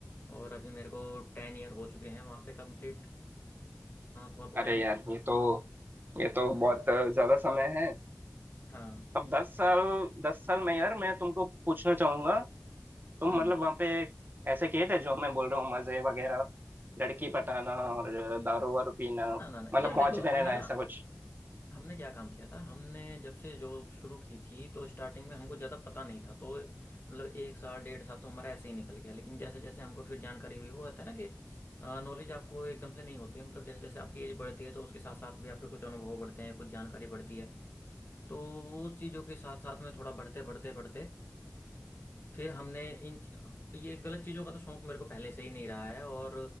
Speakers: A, on the left; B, on the right.
A: और अभी मेरे को टेन ईयर हो चुके हैं वहाँ पे कंप्लीट कॉरपोरेट
B: अरे
A: में
B: यार ये तो ये तो बहुत ज्यादा समय है
A: हाँ
B: अब दस साल दस साल में यार मैं तुमको पूछना चाहूंगा तुम
A: हम्म
B: मतलब वहां पे ऐसे किए थे जो मैं बोल रहा हूँ मजे वगैरह लड़की पटाना और दारू वारू पीना
A: ना ना ना
B: मतलब
A: यार देखो
B: मौज में
A: हमने
B: रहना
A: ना
B: ऐसा कुछ
A: हमने क्या काम किया था हमने जब से जॉब शुरू की थी तो स्टार्टिंग में हमको ज़्यादा पता नहीं था तो मतलब एक साल डेढ़ साल तो हमारा ऐसे ही निकल गया लेकिन जैसे जैसे हमको फिर जानकारी हुई वो होता है ना कि नॉलेज आपको एकदम से नहीं होती है मतलब जैसे जैसे आपकी एज बढ़ती है तो उसके साथ साथ भी आपके कुछ अनुभव बढ़ते हैं कुछ जानकारी बढ़ती है तो उस चीज़ों के साथ साथ में थोड़ा बढ़ते बढ़ते बढ़ते फिर हमने इन ये गलत चीज़ों का तो शौक मेरे को पहले से ही नहीं रहा है और